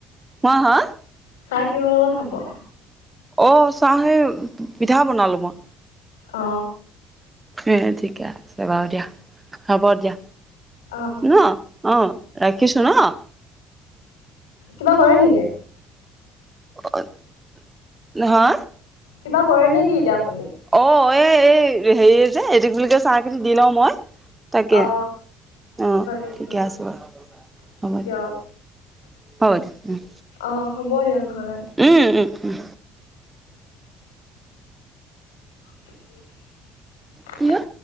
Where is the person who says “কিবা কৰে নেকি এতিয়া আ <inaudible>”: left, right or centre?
Left